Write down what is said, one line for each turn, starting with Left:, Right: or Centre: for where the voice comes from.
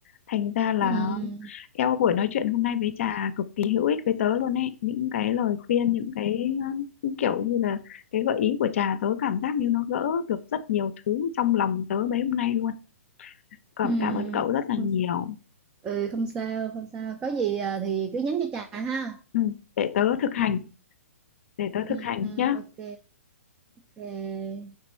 Left: thành ra là
Right: Ừ,
Left: eo buổi nói chuyện hôm nay với trà cực kỳ hữu ích với tớ luôn ấy những cái lời khuyên những cái ờ, kiểu như là cái gợi ý của trà tớ cảm giác như nó gỡ được rất nhiều thứ trong lòng tớ mấy hôm nay luôn cảm
Right: ừ,
Left: cảm ơn cậu rất là nhiều
Right: không- ừ không sao không sao có gì à, thì cứ nhắn cho trà ha
Left: ừ, để tớ thực hành để tớ
Right: ừ,
Left: thực hành
Right: ừ,
Left: nhé.
Right: ok ok